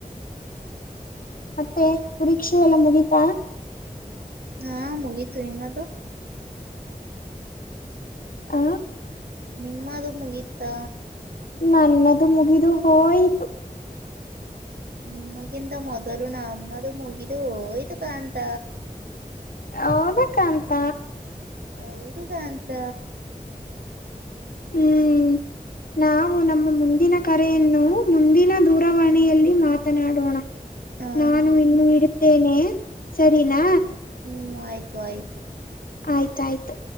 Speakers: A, on the left; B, on the right.
A: ಮತ್ತೆ ಪರೀಕ್ಷೆ ಎಲ್ಲ ಮುಗೀತಾ.
B: ಹಾ ಮುಗಿತು ನಿಮ್ಮದು.
A: ಆ
B: ನಿಮ್ಮದು ಮುಗೀತಾ.
A: ನನ್ನದು ಮುಗಿದು ಹೋಯ್ತು.
B: ನಿಮಗಿಂತ ಮೊದಲು ನಮ್ಮದು ಮುಗಿದು ಹೋಯ್ತು ಕಂತ.
A: ಹೌದ ಕಾಂತ.
B: ಹೌದು ಕಾಂತ.
A: ಹ್ಮ್ ನಾವು ನಮ್ಮ ಮುಂದಿನ ಕರೆಯನ್ನು ಮುಂದಿನ ದೂರವಾಣಿಯಲ್ಲಿ ಮಾತನಾಡೋಣ.
B: ಹಾ
A: ನಾನು ಇನ್ನು ಇಡುತ್ತೇನೆ ಸರಿ ನಾ.
B: ಹ್ಮ್ ಹ್ಮ್ ಆಯ್ತು ಆಯ್ತು.
A: ಆಯ್ತಾಯ್ತು.